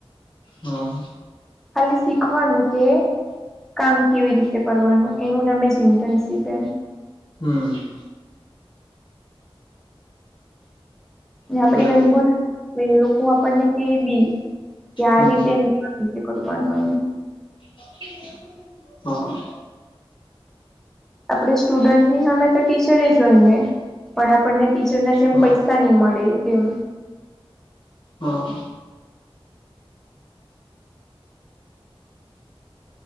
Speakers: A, on the left (about 55°); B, in the centre.
A: હા
B: ખાલી શીખવાનું કે કામ કેવી રીતે કરવાનું એનું નામે જ ઈન્ટનશીપ એમ
A: હમ
B: ને
A: બરોબર
B: આપદી કઈ ભૂ એ લોકો આપણને કે બી કે આ
A: હમ
B: રીતે રીતે કરવાનું એમ
A: <unintelligible> હા હા
B: આપણે સ્ટુડન્ટ ની હામે તો ટીચરે જ હોઈએ પણ આપણને ટીચરના જેમ
A: હા
B: પૈસા ની મળે એમ
A: હા.